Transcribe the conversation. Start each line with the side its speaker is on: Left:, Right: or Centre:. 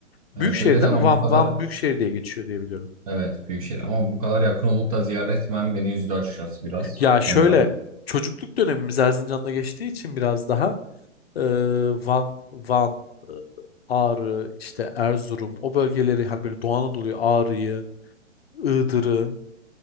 Left: Büyük
Right: evet,
Left: şehir
Right: öyle de
Left: değil
Right: ama
Left: mi? Van,
Right: bu kadar
Left: Van büyük şehir diye geçiyor diye biliyorum.
Right: evet büyük şehir ama bu kadar yakın olup da ziyaret etmem beni üzdü açıkçası biraz.
Left: Ya şöyle
Right: Ondan
Left: çocukluk dönemimiz Erzincan'da geçtiği için biraz daha e, Van, Van, e, Ağrı, işte Erzurum o bölgeleri hani böyle Doğu Anadolu'yu, Ağrı'yı, Iğdır'ı